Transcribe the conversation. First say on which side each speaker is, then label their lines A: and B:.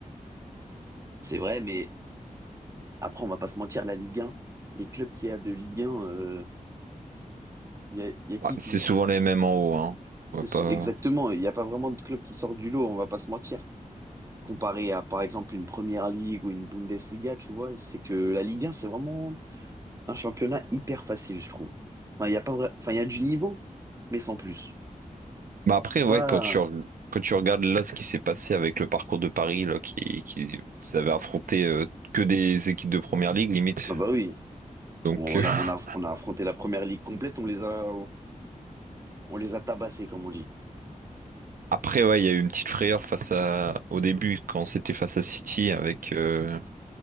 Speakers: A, on the right (about 20°); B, on the right (about 75°).
A: C'est vrai, mais après, on va pas se mentir, la Ligue 1, les clubs qu'il y a de Ligue 1, euh, il y a, il y a qui,
B: Bah, c'est
A: qui,
B: souvent les
A: qui-
B: mêmes en haut, hein. On
A: c'est-
B: va pas...
A: Exactement, il n'y a pas vraiment de club qui sort du lot, on va pas se mentir. comparé à, par exemple, une Première Ligue ou une Bundesliga, tu vois, c'est que la Ligue 1, c'est vraiment un championnat hyper facile, je trouve. Enfin, il y a pas vrai- enfin, il y a du niveau, mais sans plus.
B: Bah après,
A: C'est
B: ouais,
A: pas...
B: quand tu, reg- quand tu regardes là ce qui s'est passé avec le parcours de Paris, là, qui, qui vous avez affronté euh, que des équipes de première ligue, limite.
A: Bah, bah oui,
B: Donc
A: on
B: euh, <laughs>
A: a, on a, on a affronté la Première Ligue complète, on les a, on les a tabassés, comme on dit.
B: après, ouais, il y a eu une petite frayeur face à au début quand c'était face à City avec euh,